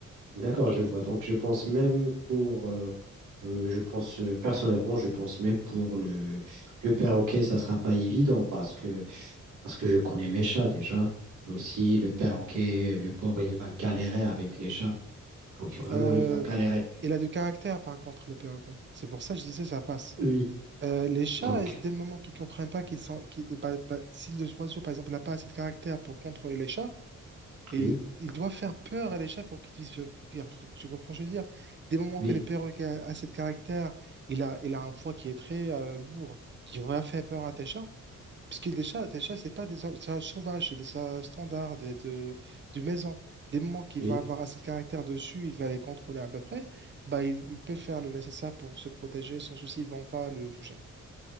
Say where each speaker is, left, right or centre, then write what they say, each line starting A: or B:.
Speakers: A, on the right; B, on the right.
A: d'accord, je vois. Donc, je pense même pour euh, euh, je pense euh, personnellement, je pense même pour le le perroquet, ça sera pas évident parce que Parce que je connais mes chats déjà. Aussi, le perroquet, le pauvre, il va galérer avec les chats. Donc, vraiment,
B: Euh,
A: il va galérer.
B: il a du caractère, par contre, le perroquet. C'est pour ça que je disais, ça passe.
A: Oui,
B: Euh, les chats,
A: donc,
B: dès le moment qu'ils comprennent pas qu'ils sont, qu'ils- bah, bah, si le oiseau, par exemple, n'a pas assez de caractère pour contrôler les chats, Et
A: oui,
B: il, il doit faire peur à les chats pour qu'ils puissent se fuir. Tu comprends, ce que je veux dire. Des moments
A: oui,
B: que les perroquets a, a cette caractère, il a, il a un voix qui est très euh, lourd, qui va faire peur à tes chats. Parce que des chats, tes chats, c'est pas des chats des chats sauvages, c'est des chats standards, des, de, de maison. Des moments qu'il
A: oui.
B: va avoir assez de caractère dessus, il va les contrôler à peu près, bah, il, il peut faire le nécessaire pour se protéger sans souci, ils vont pas le toucher.